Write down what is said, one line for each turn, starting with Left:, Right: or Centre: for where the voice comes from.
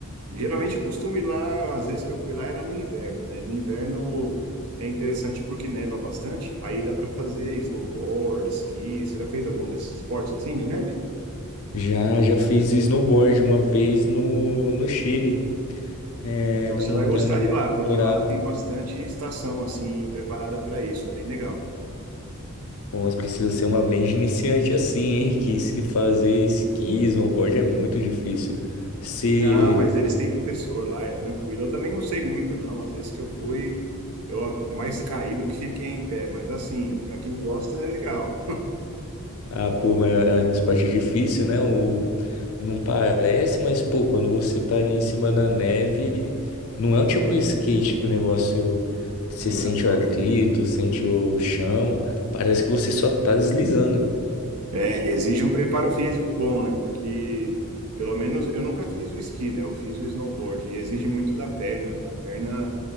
Right: Geralmente eu costumo ir lá, às vezes que eu fui lá era no inverno, né? No inverno é interessante porque neva bastante, aí dá para fazer snowboard, esqui. Você já fez algum desses esportes assim de neve?
Left: Já, já fiz snowboard uma vez no, no Chile, é,
Right: Então
Left: na
Right: você
Left: montanha
Right: vai gostar
Left: do
Right: de lá, porque
Left: Colorado.
Right: lá tem bastante estação assim preparada para isso, é bem legal.
Left: Bom, mas precisa ser uma bem de iniciante assim, hein? Que isso que fazer esqui, snowboard é muito difícil. Se.
Right: Não, mas eles têm professor lá, é tranquilo. Eu também não sei muito, não. Às vezes que eu fui, eu mais caí do que fiquei em pé, mas assim, para quem gosta é legal.
Left: Ah, pô, mas é uma esporte difícil, né? O... Não parece, mas, pô, quando você tá ali em cima da neve, não é o tipo um skate que o negócio. Você
Right: Não,
Left: sente
Right: não,
Left: o atrito,
Right: não.
Left: sente o chão. Parece que você só tá deslizando.
Right: É, e exige um preparo físico bom, né? Porque, pelo menos, eu nunca fiz o esqui, né? Eu fiz o snowboard e exige muito da perna, né? A perna